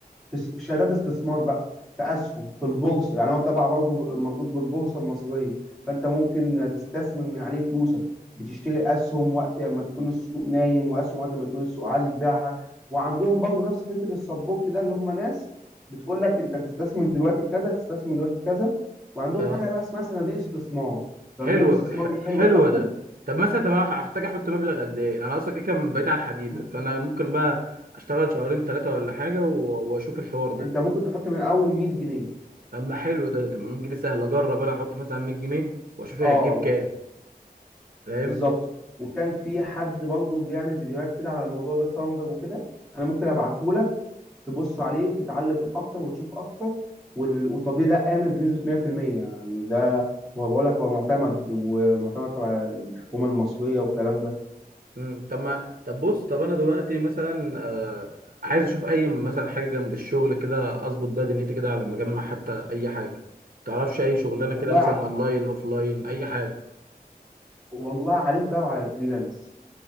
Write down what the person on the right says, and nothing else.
اه
حلو
ح-
حلو ده
طب مثلا طب انا هحتاج احط مبلغ قد ايه انا اصلا كده كده بقيت على الحديده
فانا ممكن بقى اشتغل شهرين ثلاثه ولا حاجه و- واشوف الحوار ده
اما حلو ده طب 100 جنيه سهل اجرب انا احط مثلا 100 جنيه واشوف هي
هتجيب كام فاهم
مم. طب ما طب بص طب انا دلوقتي مثلا آه عايز اشوف اي مثلا حاجه جنب الشغل كده اظبط بقى دنيتي كده على ما اجمع حتى اي حاجه تعرفش اي شغلانه
كده مثلا
اونلاين اوفلاين اي حاجه